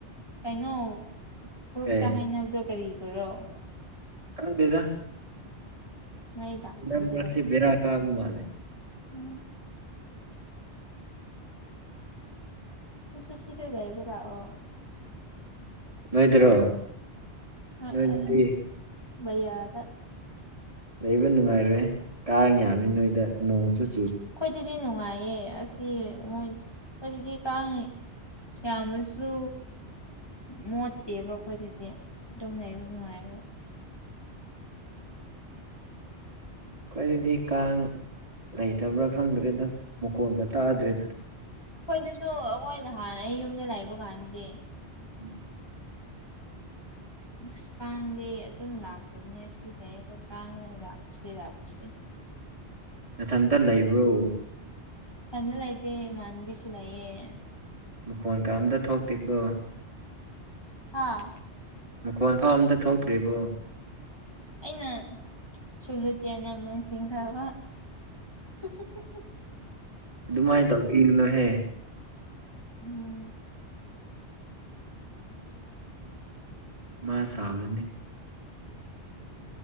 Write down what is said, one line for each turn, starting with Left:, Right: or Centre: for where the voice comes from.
Left: ꯀꯩꯅꯣ ꯒ꯭ꯔꯨꯞꯇ
Right: ꯀꯩ
Left: ꯍꯥꯏꯅꯕꯗꯣ ꯀꯔꯤꯒꯤꯔꯣ
Right: ꯈꯪꯗꯦꯗ
Left: ꯃꯩ ꯂꯥꯛꯇꯕꯒꯤꯔꯣ
Right: ꯅꯪ ꯉꯁꯤ ꯕꯦꯔꯥ ꯀꯥꯕ ꯃꯥꯟꯂꯦ
Left: ꯎꯝ ꯅꯪꯁꯨ ꯁꯤꯗ ꯂꯩꯕ ꯂꯥꯛ ꯑꯣ
Right: ꯅꯣꯏꯗꯔꯣ
Left: ꯑ
Right: ꯅꯣꯏꯗꯗꯤ
Left: ꯑ ꯑꯪ ꯕꯩꯌꯥꯗ
Right: ꯂꯩꯕ ꯅꯨꯡꯉꯥꯏꯔꯣꯏ ꯀꯥꯡ ꯌꯥꯝꯃꯤ ꯅꯣꯏꯗ ꯅꯣꯡꯁꯨꯨ
Left: ꯑꯩꯈꯣꯏꯗꯗꯤ ꯅꯨꯡꯉꯥꯏꯌꯦ ꯑꯁꯤ ꯃꯣꯏ ꯑꯩꯈꯣꯏꯗꯗꯤ ꯀꯥꯡ ꯌꯥꯝꯃꯁꯨ ꯃꯣꯠꯇꯦꯕ ꯑꯩꯈꯣꯏꯗꯗꯤ ꯑꯗꯨꯝ ꯂꯩꯕ ꯅꯨꯡꯉꯥꯏꯌꯦꯕ
Right: ꯑꯩꯈꯣꯏꯗꯗꯤ ꯀꯥꯡ ꯂꯩꯇꯕ꯭ꯔꯥ ꯈꯪꯗ꯭ꯔꯦꯗ ꯃꯈꯣꯟꯒ ꯇꯥꯗ꯭ꯔꯦꯗ
Left: ꯑꯩꯈꯣꯏꯗꯁꯨ ꯑꯩꯈꯣꯏ ꯅꯍꯥꯟ ꯑꯩ ꯌꯨꯝꯗ ꯂꯩꯕ ꯀꯥꯟꯗꯗꯤ
Right: <inaudible>
Left: ꯑꯁ ꯀꯥꯡꯗꯤ ꯑꯗꯨꯝ ꯂꯥꯛꯄꯅꯦ ꯁꯤ ꯂꯩꯔꯒ ꯀꯥꯡꯅ ꯂꯥꯛꯄꯁꯦ ꯂꯥꯛꯄꯁꯦ
Right: ꯅꯊꯟꯇ ꯂꯩꯕ꯭ꯔꯣ
Left: ꯏꯊꯟꯇ ꯂꯩꯇꯦ ꯏꯃꯥꯅꯕꯤꯁꯨ ꯂꯩꯌꯦ
Right: ꯃꯈꯣꯟꯒ ꯑꯝꯇ ꯊꯣꯛꯇꯦꯀꯣ
Left: ꯍꯥꯥ
Right: ꯃꯈꯣꯟ ꯐꯥꯎ ꯑꯝꯇ ꯊꯣꯛꯇ꯭ꯔꯤꯕꯣ
Left: ꯑꯩꯅ ꯁꯨꯂꯨ ꯇꯦꯞꯅ ꯃꯦꯟꯁꯤꯟꯈ꯭ꯔꯕ <unintelligible>
Right: ꯑꯗꯨꯃꯥꯏꯅ ꯇꯧꯕꯤꯒꯅꯨꯍꯦ
Left: ꯎꯝ
Right: ꯃꯥ ꯁꯥꯎꯔꯅꯤ